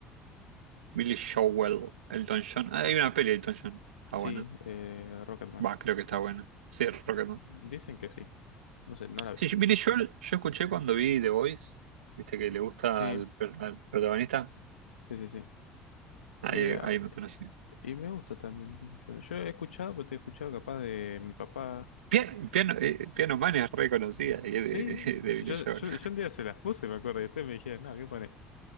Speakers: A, on the right (about 80°); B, on the left (about 90°).
A: Billy Joel, Elton John. Ah, hay una peli de Elton John. Está
B: Sí,
A: buena.
B: eh, Rocketman.
A: Va, creo que está buena. Sí, Rocketman.
B: Dicen que sí. No sé, no la vi.
A: Sí, yo- Billy Joel yo escuché cuando vi The Voice. Viste que le gusta
B: Sí,
A: al, per- al protagonista.
B: sí, sí, sí.
A: Ahí,
B: Y, eh,
A: ahí me conocí.
B: Y me gusta también mucho. Yo he escuchado, pero te he escuchado capaz de mi papá.
A: Pian- Piano, eh, Piano Man es reconocida y
B: Sí,
A: es de, <laughs> de Billy
B: yo,
A: Joel.
B: yo, yo un día se las puse, me acuerdo, y ustedes me dijeron, no, ¿qué pone?